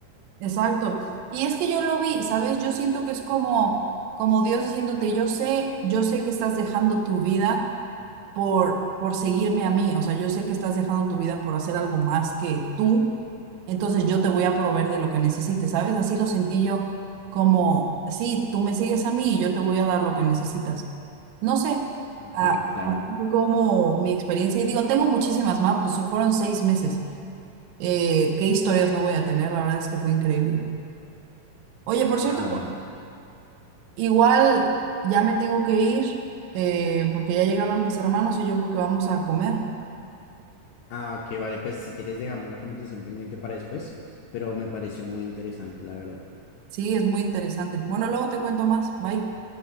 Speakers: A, on the right; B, on the left.
A: Exacto. Y es que yo lo vi, ¿sabes? Yo siento que es como, como Dios diciéndote, yo sé, yo sé que estás dejando tu vida por, por seguirme a mí, o sea, yo sé que estás dejando tu vida por hacer algo más que tú, entonces yo te voy a proveer de lo que necesites, ¿sabes? Así lo sentí yo, como, sí, tú me sigues a mí y yo te voy a dar lo que necesitas. No sé,
B: Ok,
A: ah,
B: claro.
A: fue como mi experiencia, y digo, tengo muchísimas más, pues fueron seis meses. Eh, qué historias no voy a tener, la verdad es que fue increíble. Oye, por cierto,
B: Ah, no.
A: igual ya me tengo que ir eh, porque ya llegaron mis hermanos y yo creo que vamos a comer.
B: Ah, ok, vale, pues si quieres dejamos la conversación pendiente para después, pero me pareció muy interesante, la verdad.
A: Sí, es muy interesante. Bueno, luego te cuento más. Bye.